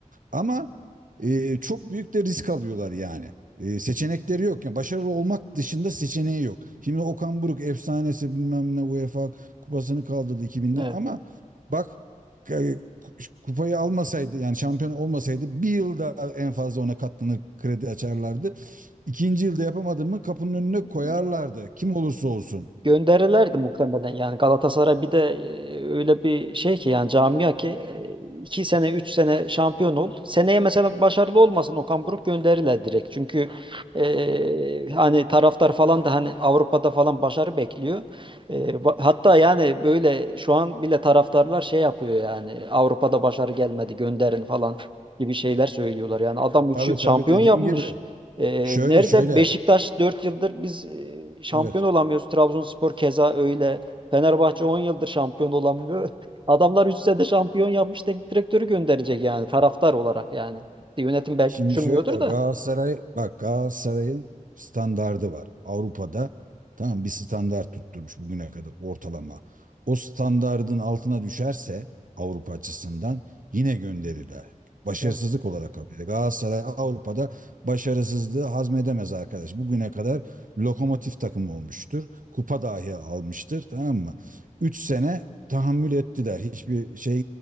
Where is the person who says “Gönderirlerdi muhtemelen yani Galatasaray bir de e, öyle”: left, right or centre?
Right